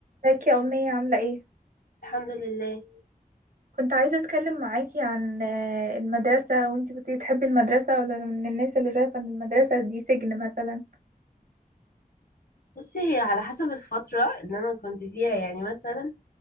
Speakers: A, on the right; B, on the left.
A: ازيك يا أمنية عاملة ايه؟
B: الحمد لله
A: كنت عايزة اتكلم معاكي عن آه، المدرسة وانتي كنتي بتحبي المدرسة ولا من الناس اللي شايفة ان المدرسة دي سجن مثلا؟
B: بصي هي على حسب الفترة اللي أنا كنت فيها يعني مثلا